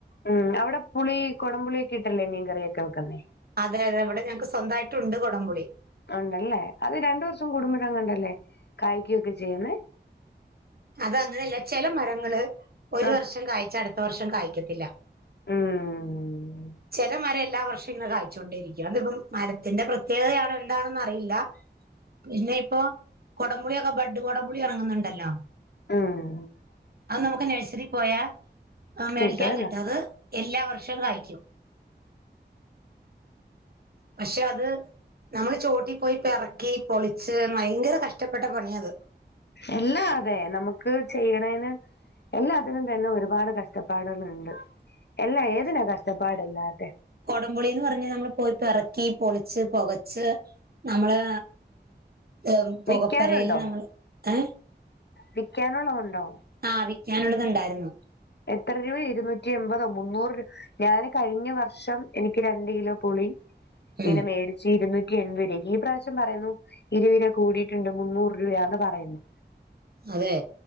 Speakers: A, on the left; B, on the right.
A: ഉം അവിടെ പുളി കൊടംപുളിയൊക്കെ ഇട്ടല്ലേ മീൻ കറിയൊക്കെ വെക്കന്നെ
B: അതെ അതെ ഇവടെ ഞങ്ങക്ക് സ്വന്തായിട്ടുണ്ട് കൊടംപുളി
A: ഉണ്ടല്ലേ അത് രണ്ടു വർഷം കൂടുമ്പഴെങ്ങാണ്ടല്ലേ കായ്ക്കൊക്കെ ചെയ്യുന്നെ
B: അതങ്ങനല്ല ചെല മരങ്ങള് ഒരു
A: ആ
B: വർഷം കായ്ച്ച അടുത്ത വർഷം കായ്ക്കത്തില്ല
A: ഉം
B: ചെല മരം എല്ലാ വർഷം ഇങ്ങനെ കായ്ച്ചോണ്ടിരിക്കും അതിപ്പം മരത്തിന്റെ പ്രത്യേകതയാണോ എന്താണെന്ന് അറിയില്ല പിന്നെ ഇപ്പൊ കൊടംപുളിയൊക്കെ ബഡ് കൊടപുളി ഇറങ്ങുന്നുണ്ടല്ലോ
A: ഉം
B: അത് നമുക്ക് നേഴ്സറി പോയാ മേടിക്കാൻ
A: കിട്ടുവല്ലോ
B: കിട്ടും അത് എല്ലാ വർഷവും കായ്ക്കും പക്ഷെ അത് നമ്മള് ചോട്ടിൽ പോയി പിറക്കി പൊളിച്ച് ഭയങ്കര കഷ്ടപ്പെട്ട പണിയാ അത്
A: എല്ലാ അതെ നമുക്ക് ചെയ്യണേന് എല്ലാത്തിനും തന്നെ ഒരുപാട് കഷ്ടപ്പാടുകളുണ്ട് എല്ലാ ഏതിനാ കഷ്ടപ്പാടില്ലാത്തെ
B: കുടംപുളി എന്ന് പറഞ്ഞ നമ്മള് പോയി പെറക്കി പൊളിച്ച് പൊകച്ച് നമ്മള് ഉം പൊകപ്പൊരേല്
A: വിക്കാനുണ്ടോ
B: നമ്മള് ഏഹ്
A: വിക്കാനുള്ളത് ഉണ്ടോ
B: ആഹ് വിൽക്കാനുള്ളത് ഉണ്ടായിരുന്നു
A: എത്ര രൂപ ഇരുന്നൂറ്റി എൺപതോ മുന്നൂറ് രൂപ ഞാൻ കഴിഞ്ഞ വർഷം വർഷം എനിക്ക് രണ്ട് കിലോ പുളി ഇങ്ങനെ
B: ഉം
A: മേടിച്ച് ഇരുന്നൂറ്റി എൺപത് രൂപക്ക് ഈ പ്രാവശ്യം പറയുന്നു ഇരുപത് രൂപ കൂടിയിട്ടുണ്ട് മുന്നൂറ് രൂപയാന്ന് പറയുന്നു
B: അതെ